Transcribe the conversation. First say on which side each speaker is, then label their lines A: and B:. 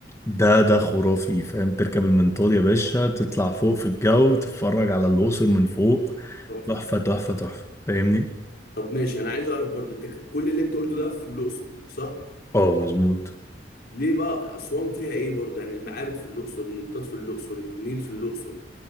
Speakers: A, on the left; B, on the left.
A: ده ده خرافي فاهم تركب المنطاد يا باشا تطلع فوق في الجو تتفرج على الأقصر من فوق
B: عامه
A: تحفة تحفة تحفة فاهمني
B: طب ماشي انا عايز اعرف برضو انت ك- كل اللي انت قلته ده في الاقصر صح
A: اه مظبوط
B: ليه بقى اسوان فيها ايه برضو يعني المعابد في الاقصر المنطاد في الاقصر النيل في الاقصر